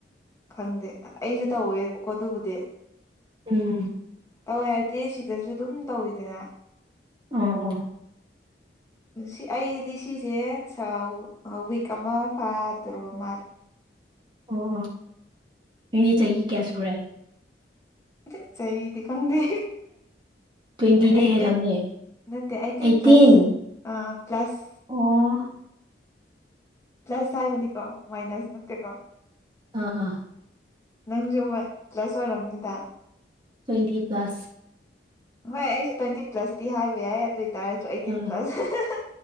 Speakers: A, on the left (about 15°); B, on the right (about 25°).
A: ꯈꯪꯗꯦ ꯑꯩꯁꯨ ꯇꯧꯋꯦꯕꯀꯣ ꯑꯗꯨꯕꯨꯗꯤ
B: ꯎꯝ
A: ꯇꯧꯋꯦ ꯍꯥꯏꯗꯤ ꯁꯤꯗꯁꯨ ꯑꯗꯨꯝ ꯇꯧꯋꯤꯗꯅ
B: ꯎꯝ ꯎꯝ
A: ꯁꯤ ꯑꯩꯗꯤ ꯁꯤꯁꯦ ꯁꯥꯎ ꯋꯤꯛ ꯑꯃ ꯐꯥꯗ‌ꯣꯔꯕ ꯃꯥꯜꯂꯦ
B: ꯑꯣ ꯑꯣ ꯃꯤꯗꯤ ꯆꯍꯤ ꯀꯌꯥꯁꯨꯨꯔꯦ
A: ꯆꯠ ꯆꯍꯤꯗꯤ ꯈꯪꯗꯦ
B: ꯇ꯭ꯋꯦꯟꯇꯤꯗꯤ
A: ꯑꯩꯇꯤꯟ
B: ꯍꯦꯜꯂꯝꯅꯤ
A: ꯅꯠꯇ‌‌ꯦ ꯑꯩꯇꯤꯟ
B: ꯑꯩꯠꯇꯤꯟ
A: ꯄ꯭ꯂꯁ ꯑ ꯄ꯭ꯂꯁ
B: ꯑꯣ
A: ꯄ꯭ꯂꯁ ꯍꯥꯏꯕꯅꯤꯀꯣ ꯃꯥꯏꯅꯁ ꯅꯠꯇꯦꯀꯣ
B: ꯑꯥ ꯑꯥ
A: ꯅꯪꯁꯨ ꯃꯥ ꯄ꯭ꯂꯁ ꯑꯣꯏꯔꯝꯅꯤꯗ
B: ꯇ꯭ꯋꯦꯟꯇꯤ ꯄ꯭ꯂꯥꯁ
A: ꯍꯣꯏ ꯑꯩꯁꯨ ꯇ꯭ꯋꯦꯟꯇꯤ ꯄ꯭ꯂꯁꯇꯤ ꯍꯥꯏꯕ ꯌꯥꯏ ꯑꯗꯨ ꯑꯣꯏ ꯇꯥꯔꯁꯨ ꯑꯩꯠꯇꯤꯟ
B: ꯑꯥ
A: ꯄ꯭ꯂꯁ